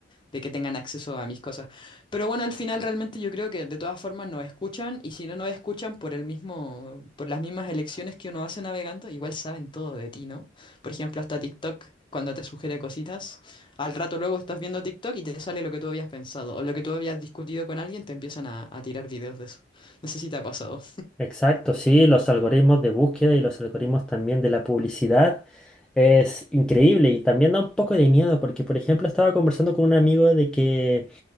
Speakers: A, on the left; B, in the centre.
A: de que tengan acceso a mis cosas. Pero bueno, al final realmente yo creo que de todas formas nos escuchan y si no nos escuchan por el mismo, por las mismas elecciones que uno hace navegando, igual saben todo de ti, ¿no? Por ejemplo, hasta TikTok, cuando te sugiere cositas, al rato luego estás viendo TikTok y te sale lo que tú habías pensado o lo que tú habías discutido con alguien, te empiezan a, a tirar videos de eso. No sé si te ha pasado.
B: Exacto, sí, los algoritmos de búsqueda y los algoritmos también de la publicidad es increíble y también da un poco de miedo porque, por ejemplo, estaba conversando con un amigo de que